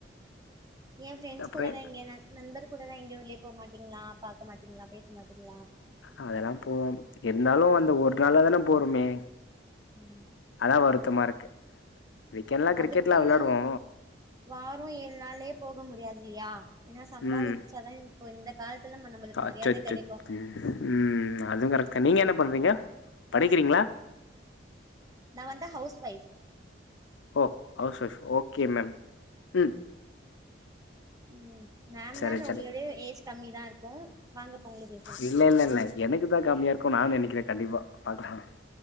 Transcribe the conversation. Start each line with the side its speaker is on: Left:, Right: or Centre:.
Right: ஏ ஃபிரெண்ட்ஸ்
Left: அப்றோ
Right: கூடனா எங்கயா நா நண்பர் கூடலா எங்கயு வெளிய போ மாட்டீங்களா பாக்க மாட்டீங்களா பேச மாட்டீங்களா
Left: அதெல்லா போவோம் இருந்தாலு அந்த ஒரு நாளா தான போறோமே
Right: ம்
Left: அதா வருத்தமா இருக்கு வீக் எண்ட்லா கிரிக்கெட்
Right: அதுக்குன்னு
Left: லா விளாடுவோ
Right: வாரோ ஏழு நாளே போக முடியாது இல்லையா ஏன்னா சம்பாதி
Left: ம்
Right: இருச்சாதா இப்போ இந்த காலத்துல நம்மளுக்கு
Left: அச்சச்சோ
Right: மரியாதை கெடைக்கு
Left: ம் ம் அதுவு கரெக்ட் தா நீங்க என்ன பண்றீங்க படிக்கிறீங்களா
Right: நா வந்து ஹவுஸ் ஒய்ஃப்
Left: ஓ ஹவுஸ் ஒய்ஃப் ஓகே மேம் ம்
Right: ம் மேம்லா
Left: சரி
Right: இல்ல
Left: சரி
Right: உங்களுடயு ஏஜ் கம்மி தா இருக்கு வாங்க பொங்கலுக்கு
Left: இல்ல இல்ல இல்ல எனக்கு தா கம்மியா இருக்கு நா நெனைக்கிறே கண்டிப்பா பாக்கலாங்க